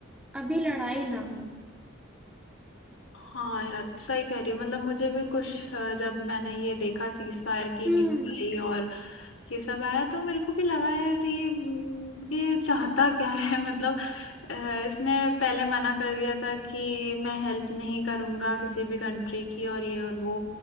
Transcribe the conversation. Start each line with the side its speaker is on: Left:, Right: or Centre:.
Centre: अभी लड़ाई ना हो
Left: हाँ यार सही कह रही हो मतलब मुझे भी कुछ अ, जब मैंने ये देखा सीज फायर की
Centre: हम्म
Left: न्यूज आई और ये सब आया तो मेरे को भी लगा यार ये ये चाहता क्या है <laughs> मतलब अ, इसने पहले मना कर दिया था कि मैं हेल्प नहीं करूंगा किसी भी कंट्री की और ये और वो